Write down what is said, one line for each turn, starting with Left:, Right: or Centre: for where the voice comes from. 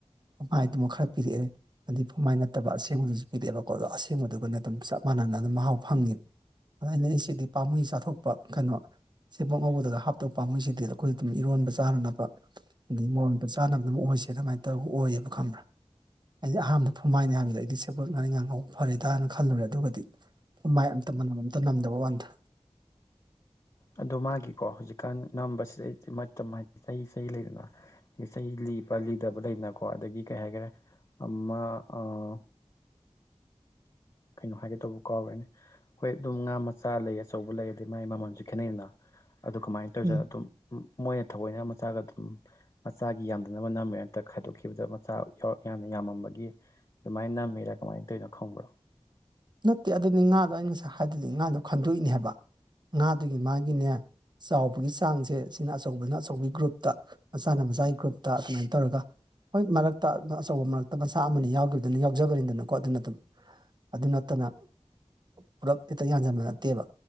Right: ꯐꯨꯃꯥꯏꯗꯨꯃꯨꯛ ꯈꯔ ꯄꯤꯔꯛꯑꯦ ꯑꯗꯨ ꯐꯨꯝꯃꯥꯏ ꯅꯠꯇꯕ ꯑꯁꯦꯡꯕꯗꯨꯖꯨ ꯄꯤꯔꯛꯑꯦꯕꯀꯣ ꯑꯗꯣ ꯑꯁꯦꯡꯗꯨꯒꯅ ꯑꯗꯨꯝ ꯆꯞ ꯃꯥꯟꯅꯅ ꯑꯗꯨꯝ ꯃꯍꯥꯎ ꯐꯪꯉꯦꯕ ꯑꯩ ꯅꯣꯏ ꯁꯤꯗꯤ ꯄꯥꯝꯃꯨꯏ ꯆꯥꯊꯣꯛꯄ ꯀꯩꯅꯣ ꯁꯦꯕꯣꯠ ꯉꯧꯕꯗꯒ ꯍꯥꯞꯇꯧ ꯄꯥꯝꯃꯨꯏ ꯁꯤꯗꯤ ꯑꯩꯈꯣꯏ ꯑꯗꯨꯝ ꯏꯔꯣꯟꯕ ꯆꯥꯅꯅꯕ ꯑꯗꯩ ꯃꯣꯔꯣꯛ ꯃꯦꯠꯄ ꯆꯥꯅꯕ ꯑꯗꯨꯝ ꯑꯣꯏꯁꯦꯅ ꯑꯃꯥꯏ ꯇꯧꯔꯒ ꯑꯣꯏꯌꯦꯕ ꯈꯪꯕ꯭ꯔꯥ ꯑꯩꯗꯤ ꯑꯍꯥꯟꯕꯗ ꯐꯨꯝꯃꯥꯏꯅꯦ ꯍꯥꯏꯕꯗꯨꯗ ꯑꯩꯗꯤ ꯁꯦꯕꯣꯠ ꯉꯥꯔꯤꯟꯒꯥ ꯉꯧꯕ ꯐꯔꯦꯗꯥꯅ ꯈꯜꯂꯨꯔꯦ ꯑꯗꯨꯒꯗꯤ ꯐꯨꯝꯃꯥꯏ ꯑꯝꯇ ꯃꯅꯝ ꯑꯝꯇ ꯅꯝꯗꯕ ꯋꯥꯟꯗ
Left: ꯑꯗꯣ ꯃꯥꯒꯤꯀꯣ ꯍꯧꯖꯤꯛꯀꯥꯟ ꯅꯝꯕꯁꯦ ꯑꯩꯗꯤ ꯃꯇꯝ ꯍꯥꯏꯗꯤ ꯆꯍꯤ ꯆꯍꯤ ꯂꯩꯗꯅ ꯆꯍꯤ ꯂꯤꯕ ꯂꯤꯗꯕ ꯂꯩꯗꯅꯀꯣ ꯑꯗꯒꯤ ꯀꯩ ꯍꯥꯏꯒꯔꯦ ꯑꯃ ꯑꯥ ꯀꯩꯅꯣ ꯍꯥꯏꯒꯦ ꯇꯧꯕ ꯀꯥꯎꯔꯦꯅꯦ ꯍꯣꯏ ꯑꯗꯨꯝ ꯉꯥ ꯃꯆꯥ ꯂꯩ ꯑꯆꯧꯕ ꯂꯩ ꯑꯗꯩ ꯃꯥꯥꯏ ꯃꯃꯜꯖꯨ ꯈꯦꯠꯅꯩꯅ ꯑꯗꯨ ꯀꯃꯥꯏ ꯇꯧꯖꯠꯅꯣ
Right: ꯎꯝ
Left: ꯑꯗꯨꯝ ꯃꯣꯏꯅ ꯊꯑꯣꯏꯅ ꯃꯆꯥꯒ ꯑꯗꯨꯝ ꯃꯆꯥꯒꯤ ꯌꯥꯝꯗꯅꯕ ꯅꯝꯃꯦ ꯑꯗ ꯈꯥꯏꯗꯣꯛꯈꯤꯕꯗ ꯃꯆꯥ ꯌꯥꯎꯔꯛ ꯌꯥꯝꯅ ꯌꯥꯝꯃꯝꯕꯒꯤ ꯑꯗꯨꯃꯥꯏ ꯅꯝꯃꯤꯔꯥ ꯀꯃꯥꯏ ꯇꯩꯅꯣ ꯈꯪꯕ꯭ꯔꯣ
Right: ꯅꯠꯇꯦ ꯑꯗꯨꯅꯤ ꯉꯥꯗꯣ ꯑꯩꯅ ꯉꯁꯥꯏ ꯍꯥꯏꯗꯨꯗꯤ ꯉꯥꯗꯣ ꯈꯟꯗꯣꯛꯏꯅꯦ ꯍꯥꯏꯕ ꯉꯥꯗꯨꯒꯤ ꯃꯥꯒꯤꯅꯦ ꯆꯥꯎꯕꯒꯤ ꯆꯥꯡꯖꯦ ꯁꯤꯅ ꯑꯆꯧꯕꯅ ꯑꯆꯧꯕꯩ ꯒ꯭ꯔꯨꯞꯇ ꯃꯆꯥꯅ ꯃꯆꯥꯒꯤ ꯒ꯭ꯔꯨꯞꯇ ꯑꯗꯨꯃꯥꯏ ꯇꯧꯔꯒ ꯍꯣꯏ ꯃꯔꯛꯇ ꯑꯆꯧꯕ ꯃꯔꯛꯇ ꯃꯆꯥ ꯑꯃꯅꯤ ꯌꯥꯎꯒꯤꯝꯗꯨꯅ ꯌꯥꯎꯖꯕꯅꯤꯗꯅꯀꯣ ꯑꯗꯨꯅ ꯑꯗꯨꯝ ꯑꯗꯨꯅ ꯅꯠꯇꯅ ꯄꯨꯂꯞ ꯍꯦꯛꯇ ꯌꯥꯟꯖꯟꯕ ꯅꯠꯇꯦꯕ